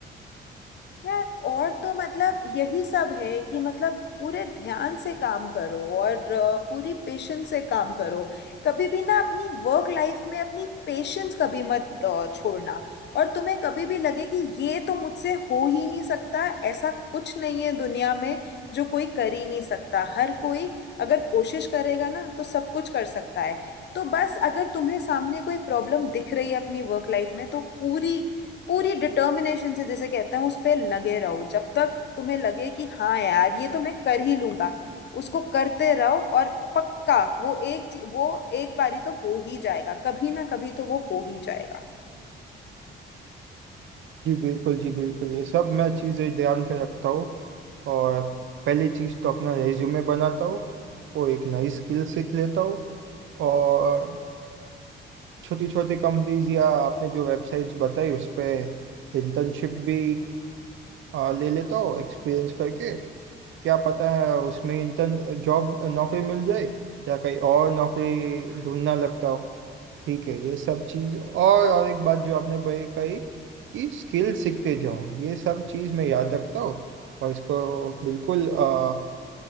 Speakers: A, on the left; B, on the right.
A: यार और तो मतलब यही सब है कि मतलब पूरे ध्यान से काम करो और अ, पूरी पेशेंस से काम करो कभी भी ना अपनी वर्क लाइफ में अपनी पेशेंस कभी मत अ, छोड़ना और तुम्हें कभी भी लगे कि ये तो मुझसे हो ही नहीं सकता ऐसा कुछ नहीं है दुनिया में जो कोई कर ही नहीं सकता हर कोई अगर कोशिश करेगा ना तो सब कुछ कर सकता है तो बस अगर तुम्हें सामने कोई प्रॉब्लम दिख रही है अपनी वर्क लाइफ में तो पूरी पूरी डिटर्मिनेशन से जैसे कहते हैं उस पे लगे रहो जब तक तुम्हें लगे कि हाँ यार ये तो मैं कर ही लूंगा उसको करते रहो और पक्का वो एक ची- वो एक बारी तो हो ही जाएगा कभी ना कभी तो वो हो ही जाएगा
B: जी बिल्कुल जी बिल्कुल ये सब मैं चीज़ें ध्यान पे रखता हूँ और पहली चीज़ तो अपना रेज्यूमे बनाता हूँ वो एक नई स्किल सीख लेता हूँ और छोटी छोटी कंपनीज या आपने जो वेबसाइट्स बताई उस पे इंटर्नशिप भी आ, ले लेता हो एक्सपीरियंस करके क्या पता है उसमें इंटर्न जॉब नौकरी मिल जाए या कहीं और नौकरी ढूंढना लगता हो ठीक है ये सब चीज़ और और एक बात जो आपने भाई कही कि स्किल सीखते जाओ ये सब चीज़ मैं याद रखता हूँ और इसको बिल्कुल आ,